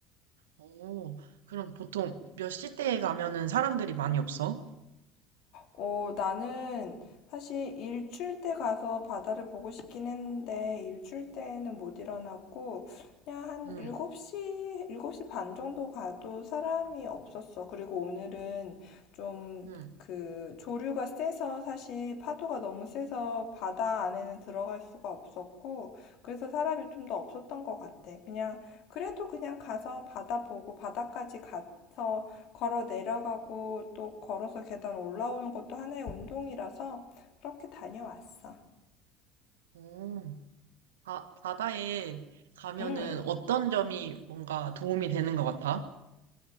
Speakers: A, on the right; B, on the left.
A: 오, 그럼 보통 몇 시대에 가면은 사람들이 많이 없어?
B: 어, 나는 사실 일출 때 가서 바다를 보고 싶긴 했는데 일출 때는 못 일어났고 그냥 한
A: 음,
B: 일곱 시 7시 반 정도 가도 사람이 없었어. 그리고 오늘은 좀
A: 음.
B: 그 조류가 세서 사실 파도가 너무 세서 바다 안에는 들어갈 수가 없었고 그래서 사람이 좀 더 없었던 것 같아. 그냥 그래도 그냥 가서 바다 보고 바다까지 가서 걸어 내려가고 또 걸어서 계단 올라오는 것도 하나의 운동이라서 그렇게 다녀왔어.
A: 오. 아, 바다에 가면은
B: 음,
A: 어떤 점이 뭔가 도움이 되는 것 같아?